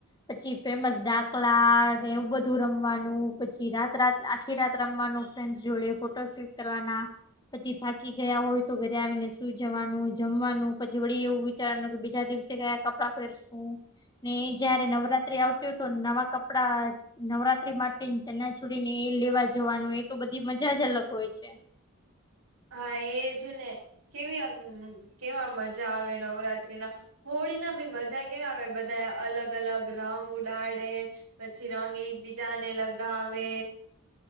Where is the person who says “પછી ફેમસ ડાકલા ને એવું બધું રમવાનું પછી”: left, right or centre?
Left